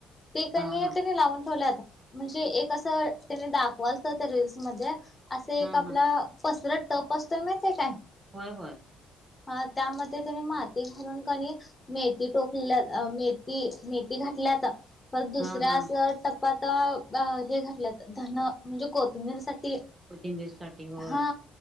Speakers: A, on the left; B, on the right.
A: ते कणी
B: हा हा
A: त्यांनी लावून ठेवल्यात. म्हणजे एक असं त्यानी दाखवालत त्या रीलस मध्ये. असं एक
B: हा
A: आपल
B: हा
A: फसरत टप असतोय माहिते काय?
B: होय होय.
A: हा त्यामध्ये त्यांनी माती घालून कणी मेथी टोक मेथी मेथी घातलेत. परत दुसऱ्या
B: हा हा
A: असं टप्पात हे घातल्यात. धन. म्हणजे कोथिंबीरसाठी.
B: कोथिंबीर साठी होय
A: हा